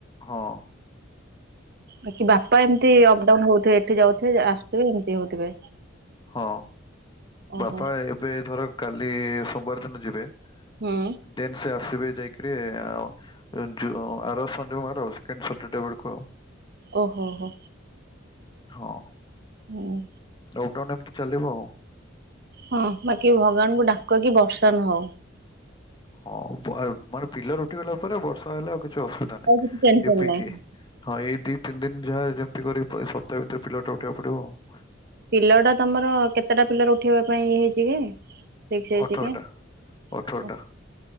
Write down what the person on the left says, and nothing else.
ହଁ।
ହଁ
ବାପା ଏବେ ଧର କାଲି ସୋମବାର ଦିନ ଯିବେ
ଦେନ୍ ସେ ଆଶିବେ ଯାଇକି ରେ ଆ-ଯୁ, ଆର ଶନିବାର ଆଉ ସେଖେଣ୍ଡ ସଟରଡେ ବେଳକୁ।
ହଁ।
ଲକଡାଉନ ଏମିତି ଚାଲିବ ଆଉ।
ହଁ ମାନେ ମାନେ ପିଲର୍ ଉଠିଗଲା ପରେ ବର୍ଷା ହେଲେ ଆଉ କି ଛି ଅସୁବିଧା ନାହିଁ
ଏ ପି
ଏ ହଁ ଏଇ ଦି ତିନି ଦିନ ଯାହା ଯେମତି କରି ଏଇ ସପ୍ତାହ ଭିତରେ ପିଲର ଟା ଉଠାଇବାକୁ ପଡ଼ିବ ଆଉ।
ଅଠରଟା
ଅଠରଟା